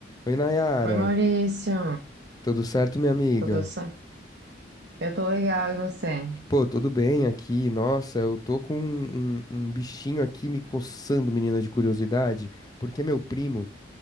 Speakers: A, on the left; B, on the right.
A: Oi, Nayara.
B: Oi, Maurício.
A: Tudo certo, minha amiga?
B: Tudo certo? Eu tô legal, e você?
A: Pô, tudo bem aqui. Nossa, eu tô com um, um- um bichinho aqui me coçando, menina, de curiosidade, porque meu primo,